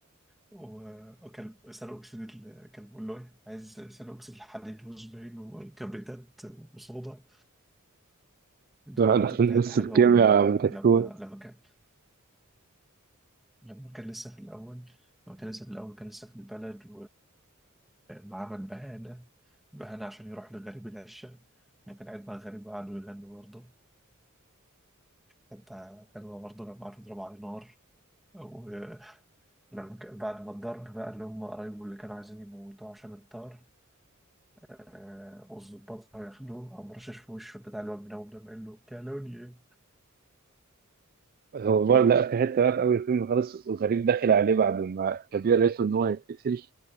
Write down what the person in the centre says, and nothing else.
و- وكان ثاني أكسيد ال- كان بيقول له إيه عايز ثاني أكسيد الحديد وزباين وكبريتات وصودا دي
برضه
كانت حتة
حلوة
وال-
ولما لما كان لما كان لسه في الأول لما كان لسه في الأول كان لسه في البلد وعمل بهانة بهانة عشان يروح لغريب العشة وكان قاعد مع غريب وقعدوا يغنوا برضه حتة حلوة برضه لما قعدوا يضربوا عليه نار ولما ك- بعد ما الضرب بقى اللي هم قرايبه اللي كانوا عايزين يموتوه عشان الطار آه، والظباط راحوا ياخدوه قام رشش في وشه بتاع الواد من أول ده قال له كالوني إيه؟